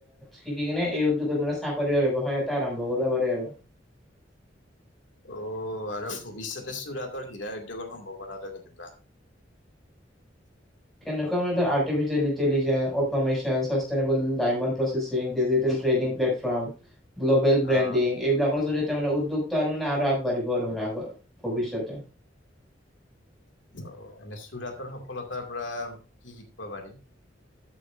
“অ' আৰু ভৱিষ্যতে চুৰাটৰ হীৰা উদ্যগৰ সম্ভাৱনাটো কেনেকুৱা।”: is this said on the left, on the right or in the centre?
Left